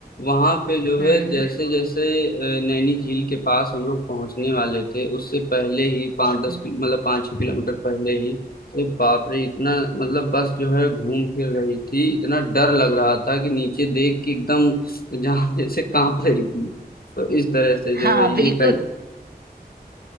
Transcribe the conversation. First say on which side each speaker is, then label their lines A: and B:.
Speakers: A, on the left (about 65°); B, on the right (about 70°).
A: वहां पे जो
B: हम्म
A: है जैसे जैसे अ, नैनी झील के पास हम लोग पहुंचने वाले थे उससे पहले ही पाँच दस
B: हम्म।
A: किलो मतलब पाँच छह किलोमीटर पहले ही अरे बाप रे इतना मतलब बस जो है घूम फिर रही थी इतना डर लग रहा था कि नीचे देख के एकदम जान जैसे कांप रही थी तो इस तरह से जो
B: हाँ
A: है ये
B: बिल्कुल
A: कर